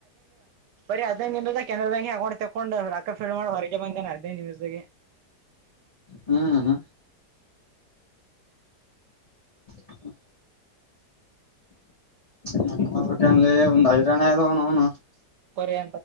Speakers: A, on the right; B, on the left.
A: ಬರಿ ಹದಿನೈದುಮದ ಕೆರಾ ಬ್ಯಾಂಕ್ ಅಕೌಂಟ್ ತೊಂಡು ರಕ್ಕ ಫಲ್ ಮಾಡಿ ಹೊರಗೆ ಬಂದೇೆ ಹದಿನೈ ನಿಮಿದಾಗ.
B: ಹ್ಮ. ಹ ನಟ್ಟಲ್ಲಿ ಒಂದ್ ಐದಣ ಇದದವನು ಅವನು
A: ಏ